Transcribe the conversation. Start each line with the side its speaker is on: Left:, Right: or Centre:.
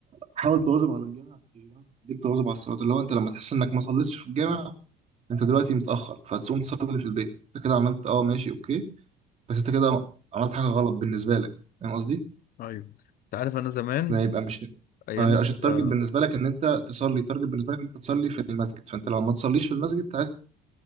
Right: حاول تواظب على الجامع الجامع يخليك تواظب على الصلاه اللي هو انت لما تحس انك ما صليتش في الجامع انت دلوقتي متاخر فهتقوم تصلي في البيت انت كده عملت اه ماشي اوكي بس انت كده عملت حاجه غلط بالنسبه لك فاهم قصدي؟
Left: ايوه أنت عارف أنا زمان
Right: ما يبقى مش
Left: أيام
Right: ما يبقاش التارجت
Left: ال-
Right: بالنسبه لك ان انت تصلي التارجت بالنسبه لك ان انت تصلي في المسجد فانت لما ما تصليش في المسجد تعيش